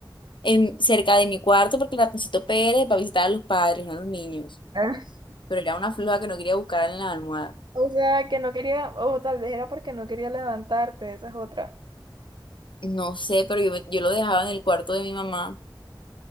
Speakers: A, on the left; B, on the right.
A: en, cerca de mi cuarto porque el ratoncito Pérez va a visitar a los padres, no a los niños.
B: <laughs> ah.
A: Pero era una floja que no quería buscar en la almohada.
B: O sea, que no quería, o tal vez era porque no quería levantarte, esa es otra.
A: No sé, pero yo, me- yo lo dejaba en el cuarto de mi mamá